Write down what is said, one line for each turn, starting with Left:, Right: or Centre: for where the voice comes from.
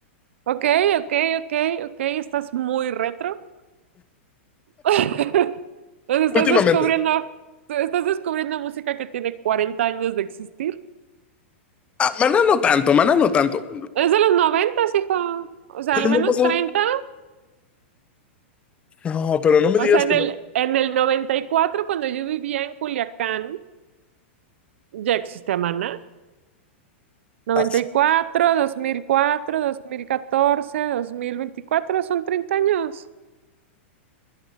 Right: ok, ok, ok, ok, estás muy retro. <laughs> Pues estás
Left: Últimamente.
Right: descubriendo, estás descubriendo música que tiene 40 años de existir.
Left: Ah, Maná no tanto, Maná no tanto,
Right: Es de los noventa hijo. O sea,
Left: pero
Right: al menos
Left: no pasó.
Right: treinta
Left: No, pero no me
Right: O
Left: digas
Right: sea, en
Left: que
Right: el,
Left: no.
Right: en el noventa y cuatro cuando yo vivía en Culiacán, ya existía Maná. noventa
Left: Ah, sí.
Right: y cuatro, dos mil cuatro, dos mil catorce, dos mil veinticuatro, son 30 años.